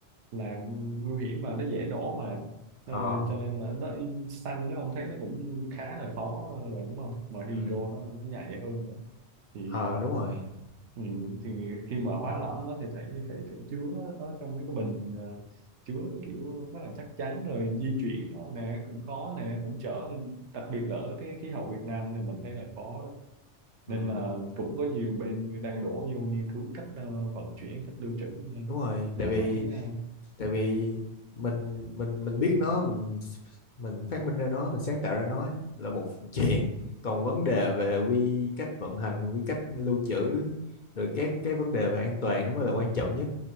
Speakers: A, on the right; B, on the left.
A: là nguy hiểm mà nó dễ nổ mà Ờ,
B: ờ
A: cho nên là nó xăng nó ông thấy nó cũng khá là khó rồi đúng không mà hydro
B: ừ
A: nó, nó nhạy hơn nữa thì
B: ờ
A: ờ,
B: đúng rồi
A: Ừ, thì khi mà hóa lỏng nó thì phải phải phải chứa nó trong mấy cái bình ờ, chứa kiểu rất là chắc chắn rồi di chuyển nó nè cũng khó nè cũng chở nên đặc biệt là ở cái khí hậu Việt Nam thì mình thấy là khó đó
B: ừ
A: nên là cũng có nhiều bên đang đổ vô nghiên cứu cách ờ, vận chuyển cách lưu trữ ờ,
B: đúng rồi
A: nhà
B: tại vì
A: máy ờ,
B: tại vì mình mình mình biết nó mình mình phát minh ra nó mình sáng tạo ra nó là một <laughs> chuyện còn vấn đề về quy cách vận hành quy cách lưu trữ rồi các cái vấn đề về an toàn nó mới là quan trọng nhất